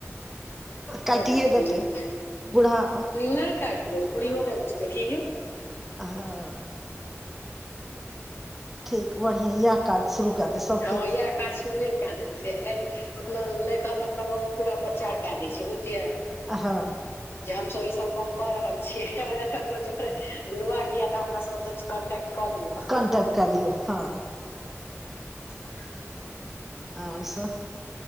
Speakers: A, in the centre; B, on the left.
A: कटिेयै
B: देतै
A: दतेन
B: यू पी एस
A: बुडहा।
B: नहि काटतौ बुढ़िओ नहि बुझतै की ओ।
A: हा। ठीक बढ़ियाँ याएह काज शुरू काए दे सब
B: हां इहाए काज शुरुए काए देलकै एखन अपना नै तहन अपना गाँव मे पूरा प्रचार काए दै छै बुझलियै।
A: अ हां।
B: जे हम सब ई सब काम कऽ रहल छिये औरो ककरो जो <unintelligible> जुड़बाक या तऽ हमरा सबसे कॉन्टैक्ट कऽ लियो।
A: कॉन्टेक्ट कए लियौ हँ
B: <unintelligible>
A: आर सब